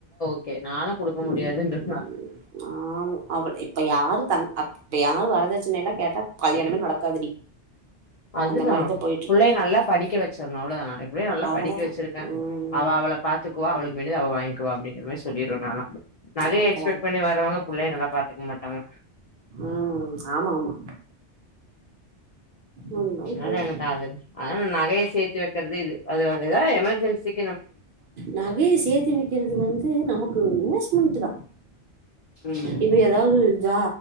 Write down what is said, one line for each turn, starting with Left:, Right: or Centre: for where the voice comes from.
Left: ஓகே நானு குடுக்க முடியாதுன்ற
Right: ம் ஆமா அவள் இப்ப யாரு தங் அப் இப்ப யாரு வரதச்சன எல்லா கேட்டா கல்யாணமே நடக்காதுடி
Left: அதுதான்
Right: அந்த மாரிதா போயிட்ருக்கு
Left: புள்ளைய நல்லா படிக்க வச்சிரணும் அவ்ளோதான் ந எப்படியும் நல்லா
Right: அவ்வளதா
Left: படிக்க வச்சிருக்கேன்
Right: ம்
Left: அவள் அவள பாத்துப் க்குவா அவளுக்கு வேண்டியது அவ வாங்கிவ அப்டிங்கிற மாரி சொல்லிறனு நாலாம் நகைய
Right: அப்பலா
Left: எக்ஸ்பெக்ட் பண்ணி வரவங்க புள்ளைய நல்லா பாத்துக்க மாட்டாங்க
Right: ம் ஆமா ஆமா அது மாரி
Left: சின்னதான
Right: போயிட்ருக்கு
Left: காதல் அதனால நகைய ஏத்தி வக்கிறது இது அது அதுதான் எமர்ஜென்சிக்
Right: நகைய சேத்து வைக்கிறது வந்து நமக் ம் இன்வெஸ் மென்ட்டு தான்
Left: ம்
Right: இப்ப எதாவது ஜா